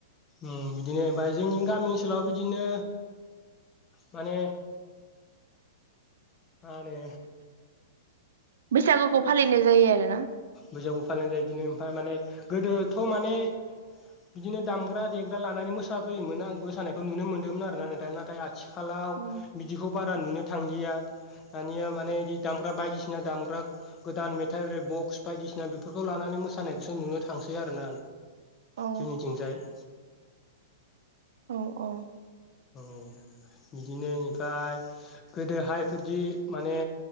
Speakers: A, on the left (about 25°); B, on the right (about 60°).
A: ओम बिदिनो ओमफाय जोंनि गामि ओनसोलाव बिदिनो। माने। मा होनो।
B: बैसागुखौ फालिनाय जायो आरो ना‌।
A: बैसागु फालिनाय जायो बिदिनो ओमफ्राय माने गोदोथ' माने। बिदिनो दामग्रा-देग्रा लानानै मोसाफैयोमोन आं मोसानायखौ नुनो मोनदोंमोन आरो ना नोंथां नाथाय आ। थिखालाव
B: औ
A: बिदिखौ बारा नुनो थांलिया। दानिया माने इदि दामग्रा बायदिसिना दामग्रा गोदान मेथाइ एरै बक। बायदिसिना बेफोरखौ लानानै मोसानायखौसो नुनो थांसै आरोना
B: औ
A: जोंनिथिंजाय।
B: औ-औ।
A: औ बिदिनो इनिफ्राय गोदोहायफोरदि माने।